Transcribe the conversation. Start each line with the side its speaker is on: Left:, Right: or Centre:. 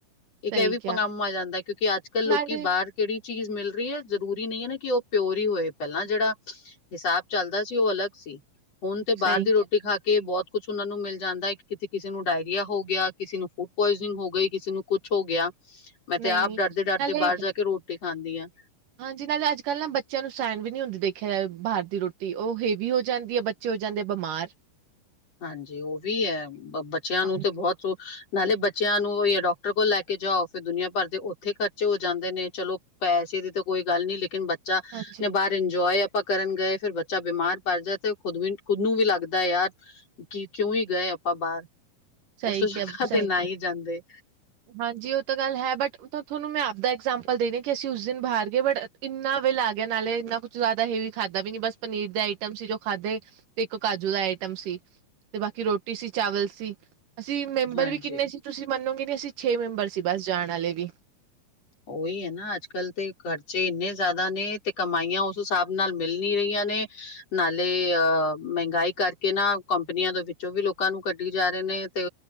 Left: ਇੱਕ
Right: ਸਹੀ
Left: ਇਹ ਵੀ
Right: ਕਿਹਾ
Left: ਪਗਾਮ ਆ ਜਾਂਦਾ ਕਿਉਂਕਿ ਅੱਜ ਕੱਲ੍ਹ ਲੋਕੀ
Right: ਨਾਲੇ
Left: ਬਾਹਰ। ਕਿਹੜੀ ਚੀਜ਼ ਮਿਲ ਰਹੀ ਹੈ ਜਰੂਰੀ ਨਹੀਂ ਹੈ ਨਾ ਕਿ ਉਹ ਪਿਓਰ ਹੀ ਹੋਏ ਪਹਿਲਾਂ ਜਿਹੜਾ ਹਿਸਾਬ ਚੱਲਦਾ। ਸੀ ਉਹ ਅਲੱਗ ਸੀ ਹੁਣ ਤੇ ਬਾਹਰ
Right: ਸਹੀ
Left: ਦੀ ਰੋਟੀ
Right: ਕਿਹਾ
Left: ਖਾ ਕੇ ਬਹੁਤ। ਕੁਛ ਉਹਨਾਂ ਨੂੰ ਮਿਲ ਜਾਂਦਾ ਹੈ ਕਿਤੇ ਕਿਸੇ ਨੂੰ ਡਾਇਰੀਆ ਹੋ ਗਿਆ ਕਿਸੇ ਨੂੰ ਫੂਡ ਪੁਆਇਜਨਿੰਗ ਹੋ ਗਈ ਕਿਸੇ ਨੂੰ ਕੁਛ ਹੋ ਗਿਆ। ਮੈਂ ਤੇ
Right: ਨਹੀਂ
Left: ਆਪ ਡਰਦੇ ਡਰਦੇ
Right: ਨਾਲੇ
Left: ਬਾਹਰ ਜਾ ਕੇ ਰੋਟੀ ਖਾਂਦੀ ਹਾਂ।
Right: ਹਾਂਜੀ ਨਾਲੇ ਅੱਜ ਕੱਲ੍ਹ ਨਾ ਬੱਚਿਆਂ ਨੂੰ ਸਹਿਣ ਵੀ ਨੀ ਹੁੰਦੀ ਦੇਖਿਆ ਜਾ ਬਾਹਰ ਦੀ ਰੋਟੀ ਉਹ ਹੇਵੀ ਹੋ ਜਾਂਦੀ ਹੈ। ਚ ਹੋ ਜਾਂਦੇ ਬਿਮਾਰ।
Left: ਹਾਂਜੀ ਉਹ ਵੀ ਹੈ ਬੱਚਿਆਂ
Right: ਹਾਂ-
Left: ਨੂੰ ਤੇ ਬਹੁਤ ਨਾਲੇ ਬੱਚਿਆਂ ਨੂੰ ਡਾਕਟਰ ਕੋਲ ਲੈ ਕੇ ਜਾਓ ਫਿਰ ਦੁਨੀਆਂ ਭਰ ਦੇ ਉੱਥੇ ਖਰਚੇ ਹੋ ਜਾਂਦੇ ਨੇ ਚਲੋ। ਪੈਸੇ ਦੀ ਤਾਂ ਕੋਈ ਗੱਲ ਨੀ ਲੇਕਿਨ ਬ ਬੱਚਾ
Right: ਹਾਂਜੀ
Left: ਨੇ ਬਾਹਰ ਇੰਜੋਏ ਆਪਾਂ ਕਰਨ ਗਏ ਫੇਰ ਬੱਚਾ ਬਿਮਾਰ ਪੜ ਜਾਏ ਤੇ ਖੁਦ ਵੀ। ਖੁਦ ਨੂੰ ਵੀ ਲੱਗਦਾ ਯਾਰ ਕਿ ਕਿਉਂ ਹੀ ਗਏ ਆਪਾਂ ਬਾਹਰ।
Right: ਸਹੀ
Left: ਇਸ ਤੋਂ ਚੰਗਾ
Right: ਕਿਹਾ ਸਹੀ
Left: ਤੇ ਨਾ
Right: ਕਿਹਾ
Left: ਹੀ ਜਾਂਦੇ।
Right: ਹਾਂਜੀ ਉਹ ਤਾਂ ਗੱਲ ਹੈ ਬਟ ਮੇ ਤਾਂ ਤੁਹਾਨੂੰ ਮੈਂ ਆਪਦਾ ਐਗਜਾਮਪਲ ਦੇਰੀ ਕਿ ਅਸੀਂ ਉਸ ਦਿਨ ਬਾਹਰ ਗਏ ਬੱਟ। ਇੰਨਾ ਬਿੱਲ ਆ ਗਿਆ ਨਾਲੇ ਇੰਨਾ ਕੁਛ ਜ਼ਿਆਦਾ ਹੈਵੀ ਖਾਧਾ ਵੀ ਨੀ ਬਸ ਪਨੀਰ ਦੇ ਆਈਟਮ ਸੀ ਜੋ ਖਾਧੇ। ਤੇ ਇੱਕ ਕਾਜੂ ਦਾ ਆਈਟਮ ਸੀ ਤੇ ਬਾਕੀ ਰੋਟੀ ਸੀ ਚਾਵਲ ਸੀ। ਅਸੀਂ ਮੈਂਮਬਰ
Left: ਹਾਂਜੀ
Right: ਵੀ ਕਿੰਨੇ ਸੀ ਤੁਸੀਂ ਮੰਨੋਗੇ ਨੀ ਅਸੀਂ ਛੇ ਮੈਂਮਬਰ ਸੀ ਬਸ ਜਾਣ ਆਲੇ ਵੀ।
Left: ਉਹੀ ਹੈ ਨਾ ਅੱਜ ਕੱਲ੍ਹ ਤੇ ਖਰਚੇ ਇੰਨੇ ਜ਼ਿਆਦਾ ਨੇ ਤੇ ਕਮਾਈਆਂ ਉਸ ਹਿਸਾਬ ਨਾਲ ਮਿਲ ਨੀ ਰਹੀਆਂ ਨੇ। ਨਾਲੇ ਅਹ ਮਹਿੰਗਾਈ ਕਰਕੇ ਨਾ ਕੰਪਨੀਆਂ ਦੇ ਵਿੱਚੋਂ ਵੀ ਲੋਕਾਂ ਨੂੰ ਕੱਢੀ ਜਾ ਰਹੇ ਨੇ ਤੇ।